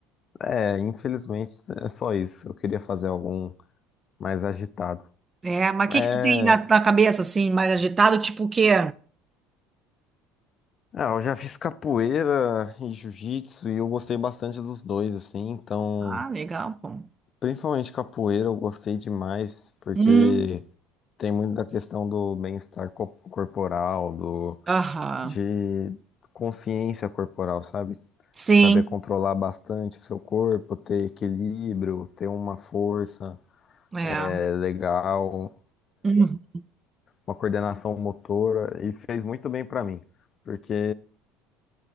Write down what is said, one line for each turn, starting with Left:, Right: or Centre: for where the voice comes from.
Left: é, infelizmente é só isso. Eu queria fazer algum mais agitado.
Right: É, mas o que
Left: É,
Right: que tu tem na, na cabeça, assim, mais agitado? Tipo o quê?
Left: ah, eu já fiz capoeira e jiu-jitsu e eu gostei bastante dos dois, assim, então,
Right: Ah, legal, pô.
Left: principalmente capoeira eu gostei demais, porque.
Right: Hum,
Left: Tem muito da questão do bem-estar co- corporal, do,
Right: aham.
Left: de consciência corporal, sabe?
Right: Sim,
Left: Saber controlar bastante o seu corpo, ter equilíbrio, ter uma força
Right: é.
Left: é, legal,
Right: Hum,
Left: uma coordenação motora, e fez muito bem pra mim, porque